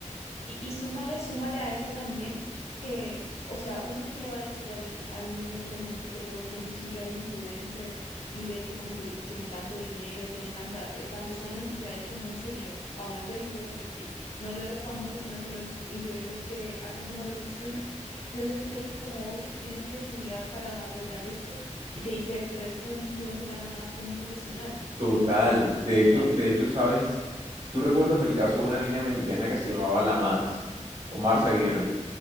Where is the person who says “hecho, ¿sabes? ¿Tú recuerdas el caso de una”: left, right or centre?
Right